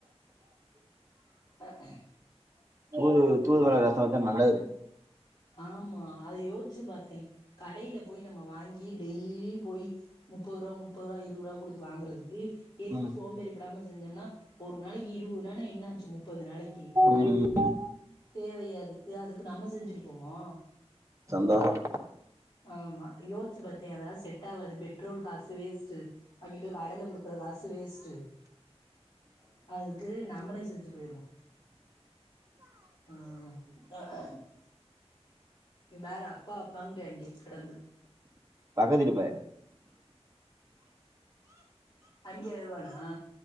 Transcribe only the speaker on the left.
ம் ம்
ஆமா அதது யோசிச்சு பாத்தே கடையில போயி நம்ம வாங்கி டெய்லியு போயி முப்பது ரூபா முப்பது ரூபா இருபது ரூபா கொடுத்து வாங்குறதுக்கு எதுக்கு
சோம்பேறி படாம செஞ்சோம்னா ஒரு நாளைக்கு இருபது ரூபானா என்ன ஆச்சு முப்பது நாளைக்கு
தேவையா அதுக்கு அதுக்கு நம்ம செஞ்சுட்டு போவோ
ஆமா யோசிச்சு பாத்தே அத எல்லா செட் ஆவாது பெட்ரோல் காசு வேஸ்டு அங்கே போயி கடையில கொடுக்குற காசு வேஸ்ட்டு அதுக்கு நம்மளே செஞ்சு போயிடுவோ ம் இது வேற அப்பா அப்பாங்கிறாங்க கிடந்து
அங்கய வருவானா